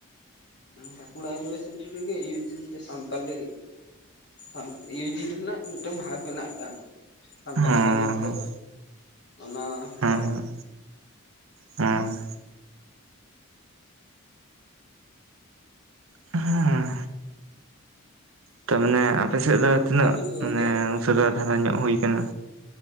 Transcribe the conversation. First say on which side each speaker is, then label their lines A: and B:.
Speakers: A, on the left; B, on the right.
A: ᱵᱟᱠᱩᱲᱟ ᱤᱭᱩᱱᱤᱵᱷᱟᱨᱥᱤᱴᱤ ᱨᱮᱜᱮ ᱤᱭᱩᱡᱤ ᱥᱟᱱᱛᱟᱞᱤ ᱮᱸ ᱤᱭᱩ ᱡᱤ ᱨᱮᱱᱟᱜ ᱢᱤᱫᱴᱟᱝ ᱵᱷᱟᱜᱽ ᱢᱮᱱᱟᱜ ᱟᱠᱟᱫᱟ ᱥᱟᱱᱛᱟᱞᱤ
B: ᱦᱚᱸ
A: ᱵᱷᱟᱨᱱᱟ ᱠᱩᱞᱟᱨ᱾ ᱚᱱᱟ ᱠᱷᱚᱱ᱾
B: ᱦᱮᱸ ᱦᱮᱸ ᱦᱮᱸ ᱛᱟᱨ ᱢᱟᱱᱮ ᱟᱯᱮ ᱥᱮᱫ ᱫᱚ ᱛᱤᱱᱟᱹᱜ
A: ᱟᱹᱵᱤᱱ ᱫᱚ ᱜᱚᱝᱠᱮ
B: ᱢᱟᱱᱮ ᱩᱥᱟᱹᱨᱟ ᱫᱷᱟᱨᱟ ᱧᱚᱜ ᱦᱩᱭ ᱠᱟᱱᱟ?